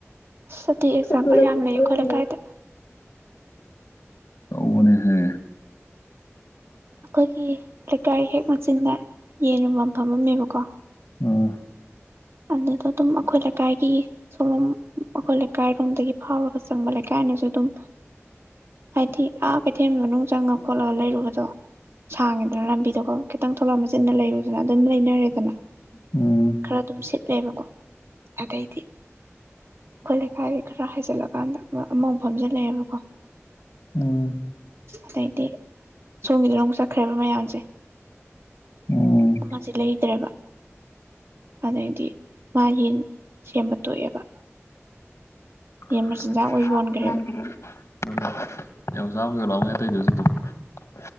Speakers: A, on the right; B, on the left.
A: ꯑꯁ ꯑꯗꯨꯏ ꯑꯦꯛꯖꯥꯝꯄꯜ
B: ꯁ <unintelligible>
A: ꯌꯥꯝ ꯂꯩ ꯑꯩꯈꯣꯏ ꯂꯩꯀꯥꯏꯗ
B: ꯇꯧ ꯕꯅꯤ ꯍꯦ
A: ꯑꯩꯈꯣꯏꯒꯤ ꯂꯩꯀꯥꯏ ꯍꯦꯛ ꯃꯆꯤꯟꯗ ꯌꯦꯟꯨ ꯌ‌ꯣꯟꯕꯝ ꯐꯝꯃꯝꯃꯦꯕꯀꯣ
B: ꯑꯥ
A: ꯑꯗꯨꯗ ꯑꯗꯨꯝ ꯑꯩꯈꯣꯏ ꯂꯩꯀꯥꯏꯒꯤ ꯁꯣꯂꯣꯝ ꯑꯩꯈꯣꯏ ꯂꯩꯀꯥꯏꯔꯣꯝꯗꯒꯤ ꯐꯥꯎꯔꯒ ꯆꯪꯕ ꯂꯩꯀꯥꯏꯅꯁꯨ ꯑꯗꯨꯝ ꯍꯥꯏꯗꯤ ꯑꯥ ꯀꯩꯊꯦꯜ ꯃꯅꯨꯡ ꯆꯪꯉ ꯈꯣꯠꯂꯒ ꯂꯩꯔꯨꯕꯗꯣ ꯁꯥꯡꯉꯦꯗꯅ ꯂꯝꯕꯤꯗꯣꯀꯣ ꯈꯤꯇꯪ ꯊꯣꯂꯥ ꯃꯆꯤꯟꯅ ꯂꯩꯔꯨꯗꯅ ꯑꯗꯨꯝ ꯂꯩꯅꯔꯦꯗꯅ
B: ꯎꯝ
A: ꯈꯔ ꯑꯗꯨꯝ ꯁꯤꯠ ꯂ‌ꯦꯕꯀꯣ ꯑꯗꯩꯗꯤ ꯑꯩꯈꯣꯏ ꯂꯩꯀꯥꯏꯒꯤ ꯈꯔ ꯍꯥꯏꯖꯜꯂꯛꯒ ꯀꯥꯟꯗ ꯑꯃꯥꯃꯨꯛ ꯐꯝꯖꯤꯜ ꯂ‌ꯦꯕꯀꯣ
B: ꯎꯝ
A: ꯑꯗꯩꯗꯤ ꯁꯣꯝꯒꯤꯗꯨꯗ ꯆꯠꯈ꯭ꯔꯦꯕ ꯃꯌꯥꯝꯁꯦ
B: ꯎꯝ
A: ꯑꯃꯥꯁꯤ ꯂꯩꯗ‌꯭ꯔꯦꯕ ꯑꯗꯩꯗꯤ ꯃꯥ ꯌꯦꯟ ꯁꯦꯝꯕ ꯇꯣꯛꯑꯦꯕ
B: ꯊ
A: ꯌꯦꯟ ꯃꯆꯤꯟꯖꯥꯛ ꯑꯣꯏ ꯌꯣꯟꯈ꯭ꯔꯦꯕ
B: <unintelligible> <inaudible>